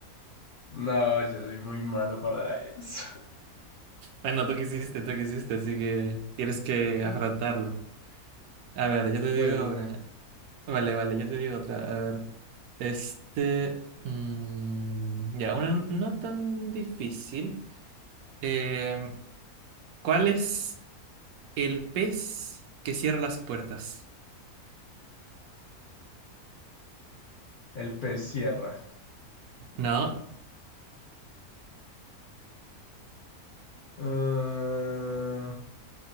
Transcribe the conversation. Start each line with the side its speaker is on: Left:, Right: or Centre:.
Left: No, yo soy muy malo para eso.
Right: Ah, no, tú quisiste, tú quisiste, así que tienes que
Left: <laughs>
Right: afrontarlo. A ver, yo te
Left: Bueno,
Right: digo una.
Left: bueno,
Right: Vale, vale, yo te digo otra. A ver, este. mm, ya, una no tan difícil. Eh, ¿cuál es el pez que cierra las puertas?
Left: el pez cierra.
Right: No.
Left: Ah,